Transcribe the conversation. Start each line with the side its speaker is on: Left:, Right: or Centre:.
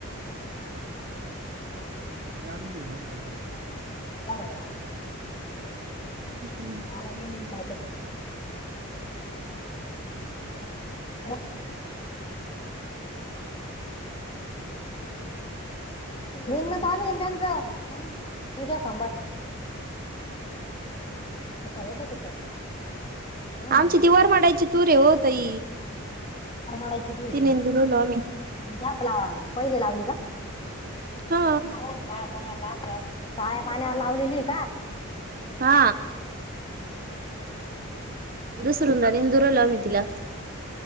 Right: आता काय <unintelligible>
Left: <unintelligible> लांबून लांबून.
Right: नुस्त मी
Left: मला निंता येतात <unintelligible> <unintelligible> <unintelligible> निम्म चालू आहे ना त्यांच. पूजा कामबाट. येतात ते शेतात या म्हणे
Right: आमची
Left: उद्या
Right: ति वर माडायची. तु रे ओ ताई.
Left: हार मारायची तूयरेची
Right: ती निंदुरलो आम्ही
Left: मग, आपले पहिले लावली का.
Right: हा
Left: काळ्या पाण्यावर लावलेली कां.
Right: हा दुसुररुनदा <unintelligible> आम्ही तिला.